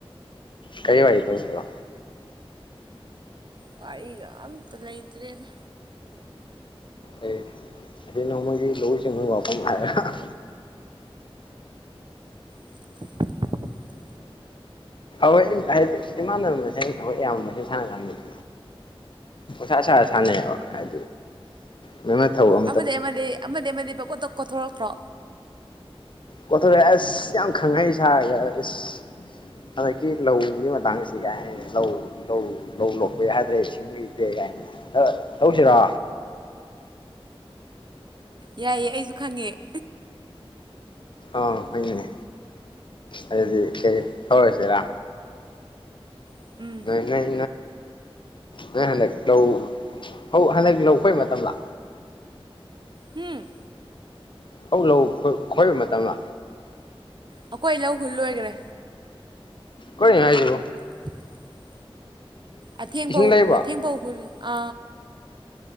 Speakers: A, on the left; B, on the right.
A: ꯀꯔꯤ ꯋꯥꯔꯤ ꯇꯧꯁꯦꯕ
B: ꯋꯥꯔꯤꯒ ꯑꯝꯇ ꯂꯩꯇ꯭ꯔꯦꯅ
A: ꯑꯦ ꯁꯤ ꯅꯣꯡꯃꯒꯤ ꯂꯧꯎ ꯁꯤꯡꯎꯕ ꯋꯥꯐꯝ ꯍꯥꯏꯔ ꯎ
B: <inaudible>
A: ꯍꯣꯏ ꯍꯥꯏꯗꯤ ꯏꯃꯥꯟꯅꯕ ꯃꯁ ꯑꯩꯈꯣꯏ ꯑꯌꯥꯝꯕ ꯃ ꯁꯥꯟꯅ ꯀꯥꯟꯗꯗꯤ ꯁꯥ ꯁꯥ ꯁꯅꯦꯩꯕ ꯍꯥꯏ ꯉꯪꯅ ꯊꯧꯑꯣ
B: ꯑꯃ ꯑꯃ ꯂꯩ ꯑꯃ ꯑꯃ ꯂꯩꯕ ꯀꯠꯇ ꯀꯣꯊꯣꯔꯛꯇ꯭ꯔꯣ
A: ꯑꯣꯊꯣꯔꯦ ꯑꯁ ꯌꯥꯝ ꯈꯪꯉꯛꯩ ꯁꯥꯔꯒ ꯑꯁ ꯑꯗꯗꯒꯤ ꯂꯎꯒꯤ ꯃꯗꯥꯥꯡꯒ ꯁꯤꯒꯥꯏ ꯂꯧ ꯂꯧ ꯂꯧ ꯂꯣꯛꯄ ꯌꯥꯏ ꯍꯥꯏꯗ꯭ꯔꯦ ꯏꯁꯤꯡ ꯂꯩꯇꯦ ꯀꯥꯏꯅ ꯇꯧꯁꯤꯔꯥ
B: ꯌꯥꯏꯌꯦ ꯑꯩꯁꯨ ꯈꯪꯉꯦ ꯎ
A: ꯑꯥ ꯍꯣꯏꯅꯦ ꯑꯗꯨꯗꯤ ꯀꯩ ꯍꯧꯔꯁꯤꯔꯥ
B: ꯎꯝ
A: ꯅꯣꯏ ꯅꯣꯏ ꯅꯣꯏ ꯍꯟꯗꯛ ꯂꯧ ꯍꯟꯗꯛ ꯂꯧꯈꯣꯏ ꯃꯇꯝ ꯂꯥ
B: ꯍꯝ
A: ꯂꯧ ꯂꯧ ꯈꯣꯏꯕ ꯃꯇꯝꯗ
B: ꯑꯩꯈꯣꯏ ꯂꯧ ꯍꯨꯜ ꯂꯣꯏꯈꯔꯦ
A: ꯀꯣꯏꯅ ꯍꯥꯏꯖꯔꯤꯕꯣ
B: <inaudible> ꯑꯊꯦꯡꯕ
A: ꯏꯁꯤꯡ ꯂꯩꯕ꯭ꯔꯣ
B: ꯑꯊꯦꯡ ꯧꯍꯜ ꯑ